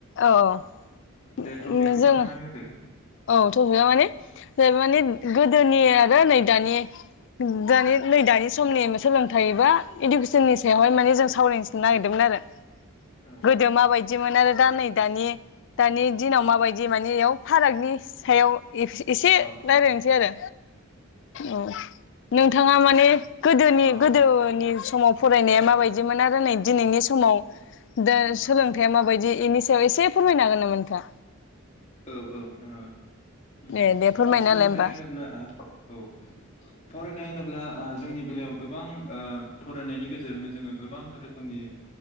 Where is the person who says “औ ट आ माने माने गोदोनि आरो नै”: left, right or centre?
Left